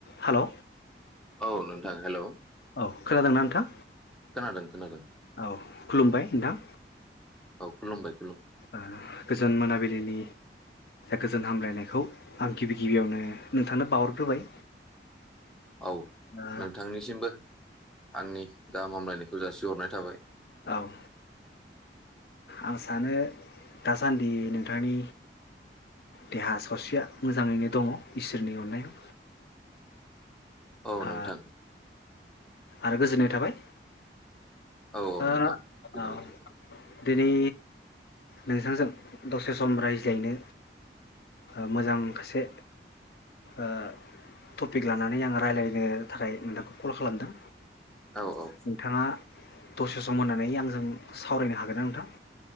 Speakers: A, on the left; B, in the centre.
A: Hello
B: औ नोंथां hello
A: औ खोनादोंना नोंथां?
B: खोनादों खोनादों
A: औ खुलुमबाय नोंथां
B: खलुमबाय
A: ओ गोजोन मोनाबिलिनि गोजोन हामलायनायखौ आं गिबि गिबियावनो नोंथांनो बावहरग्रोबाय।
B: औ
A: ओ
B: नोंथांनिसिमबो आंनि गाहाम हामलायनायखौ जासिहरनाय थाबाय।
A: औ ओ आं सानो दासान्दि नोंथांनि देहा सावस्रिया मोजांङैनो दंङ इसोरनि अननायाव।
B: औ
A: ओ
B: नोंथां।
A: आरो गोजोननाय थाबाय।
B: औ औ
A: ओ
B: नोंथां गोजोननाय
A: औ
B: थाबाय।
A: दिनै नोंथांजों दसे सम रायज्लायनो ओ मोजां खासे ओ टपिक लानानै आं रायज्लायनो थाखाय नोंथांखौ कल खालामदों।
B: औ औ
A: नोंथांङा दसे सम होनानै आंजों सावरायनो हागोनना नोंथां?